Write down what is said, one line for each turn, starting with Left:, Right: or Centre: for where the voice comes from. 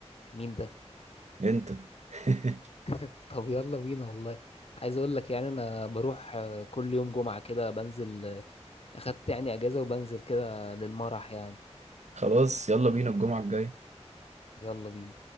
Left: مين ده
Right: انت <laughs>
Left: <laughs> طب يلا بينا والله عايز اقول لك يعني انا بروح آه، كل يوم جمعة كده بنزل آه، اخدت يعني اجازة وبنزل كده للمرح يعني
Right: خلاص يلا بينا الجمعة الجاية
Left: يلا بينا